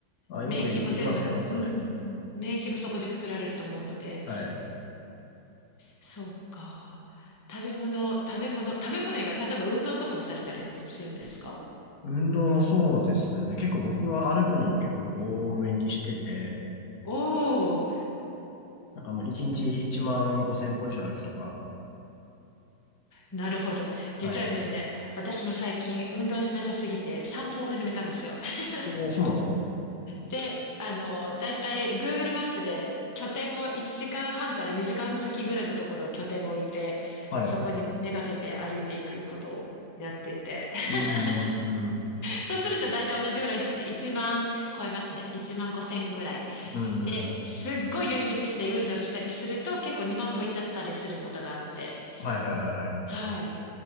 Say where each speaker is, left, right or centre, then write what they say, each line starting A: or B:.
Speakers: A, on the left; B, on the left.
A: あ、よく言いますよね、
B: 免疫も全部、
A: それ。
B: うん、免疫もそこで作られると思うので、
A: はい。
B: そうか。食べ物、食べ物、食べ物以外、例えば運動とかもされたりするんですか
A: 運動もそうですね。結構僕は歩くのを結構多めにしてて、
B: おおー、
A: なんかもう1日1万5千歩以上歩くとか。
B: なるほど。実はですね、
A: はい。
B: 私も最近運動しなさすぎて散歩を始めたんですよ。<laughs>
A: おー、そうなんですか
B: で、あの、だいたい Google マップで拠点を1時間半から2時間先ぐらいのところを拠点を置いて、
A: はい。
B: そこにめがけて歩いていくことをやってて。<laughs>
A: うーん。う
B: そうすると大体同じぐらいですね。1万超えますね。1万5千ぐらい。
A: ーん。
B: で、すっごい寄り道してうるじょるしたりすると結構2万歩行っちゃったりすることがあって。
A: はいはいはいはい。
B: はい。